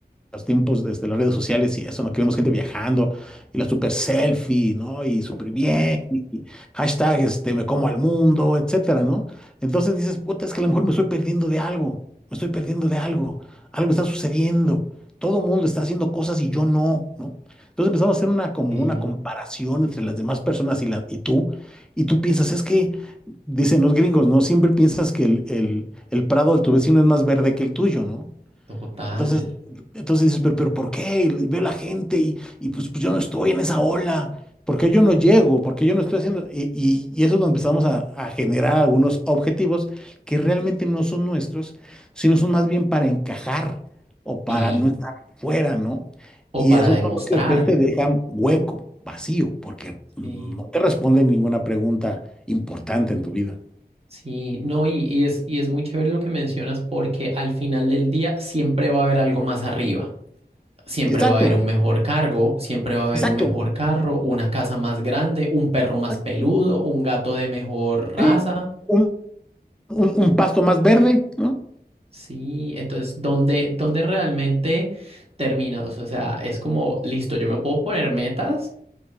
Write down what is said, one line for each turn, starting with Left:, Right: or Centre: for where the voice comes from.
Centre: los tiempos desde las redes sociales y eso, ¿no? Que vemos gente viajando y la super selfie, ¿no? Y súper bien, y hashtag, este, me como al mundo, etcétera, ¿no? Entonces dices, puta, es que a lo mejor me estoy perdiendo de algo, me estoy perdiendo de algo, algo está sucediendo, todo el mundo está haciendo cosas y yo no, ¿no? Entonces empezamos a hacer una, como
Right: Y
Centre: una comparación entre las demás personas y, la, y tú, y tú piensas, es que, dicen los gringos, ¿no? Siempre piensas que el, el el prado de tu vecino es más verde que el tuyo, ¿no?
Right: Total.
Centre: Entonces, entonces dices, pero, pero ¿por qué? Y veo la gente y, y pues, pues yo no estoy en esa ola. ¿Por qué yo no llego? ¿Por qué yo no estoy haciendo? Y, y- y eso es donde empezamos a, a generar algunos objetivos que realmente no son nuestros, sino son más bien para encajar o para
Right: Y,
Centre: no estar fuera, ¿no?
Right: o
Centre: Y
Right: para
Centre: esos
Right: demostrar.
Centre: son los que después te dejan hueco, vacío, porque no
Right: Sí,
Centre: te responden ninguna pregunta importante en tu vida.
Right: sí, no, y, y es, y es muy chévere lo que mencionas porque al final del día siempre va a haber algo más arriba. Siempre
Centre: Exacto,
Right: va a haber un mejor cargo, siempre va a haber
Centre: exacto.
Right: un mejor carro, una casa más grande, un perro más
Centre: exacto,
Right: peludo, un gato de mejor raza.
Centre: Sí, un, un un pasto más verde, ¿no?
Right: Sí, entonces, ¿dónde, dónde realmente terminas? O sea, es como, listo, yo me puedo poner metas,